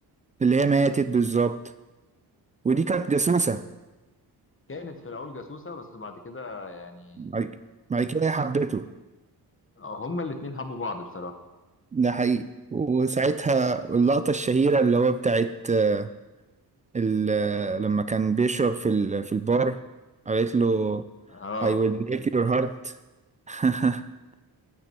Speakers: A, on the right; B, on the left.
A: اللي هي ماتت بالظبط ودي كانت جاسوسه
B: كانت في الاول جاسوسه بس بعد كده يعني
A: بعد بعد كده هي حبته
B: آه، هما الاتنين حبوا بعض بصراحه
A: ده حقيقي وساعتها اللقطة الشهيرة اللي هو بتاعت آه، ال- آه، لما كان بيشرب في ال- في البار قالت له
B: اه
A: I will break your heart <laughs>